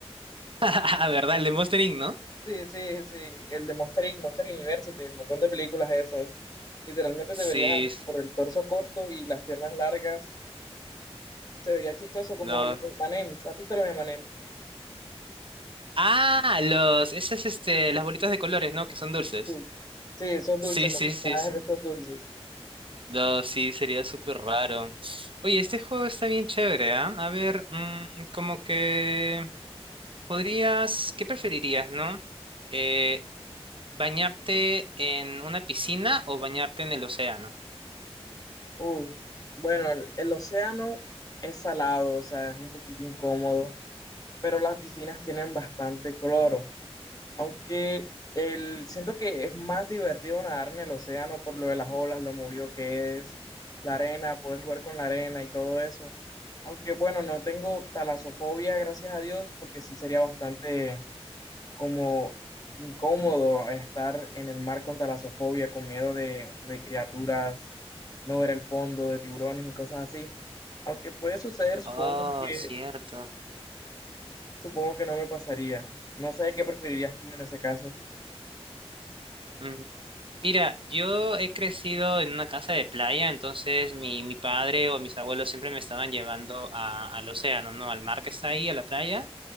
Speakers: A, on the right (about 55°); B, on the left (about 35°).
A: Ah, ¿verdad? El de Monster Inc, ¿no?
B: Sí, sí, sí, el de Monster Inc., Monster University, el montón de películas esas. Literalmente
A: Sí,
B: te verías
A: s-
B: así por el torso corto y las piernas largas. Se vería chistoso como
A: no.
B: los M&M's. ¿Has visto los M&M's?
A: Ah, los, esas, este, las bolitas de colores, ¿no? Que son dulces.
B: Sí. Sí, esos
A: Sí,
B: dulces, los
A: sí,
B: personajes
A: sí, sí.
B: de esos dulces.
A: No, sí, sería súper raro. Oye, este juego está bien chévere, ¿ah? A ver, mm, como que podrías, ¿qué preferirías, no? Eh, ¿bañarte en una piscina o bañarte en el océano?
B: Uf. Bueno, el, el océano es salado, o sea, es un poquito incómodo, pero las piscinas tienen bastante cloro. Aunque el, siento que es más divertido nadar en el océano por lo de las olas, lo movido que es, la arena, poder jugar con la arena y todo eso. Aunque bueno, no tengo talasofobia, gracias a Dios, porque sí sería bastante como incómodo estar en el mar con talasofobia, con miedo de, de criaturas, no ver el fondo, de tiburones y cosas así. Aunque puede suceder, supongo
A: Oh,
B: que,
A: cierto.
B: supongo que no me pasaría. No sé qué preferirías tú en ese caso.
A: Mm, Mira, yo he crecido en una casa de playa, entonces mi, mi padre o mis abuelos siempre me estaban llevando a- al océano, ¿no? Al mar que está ahí, a la playa.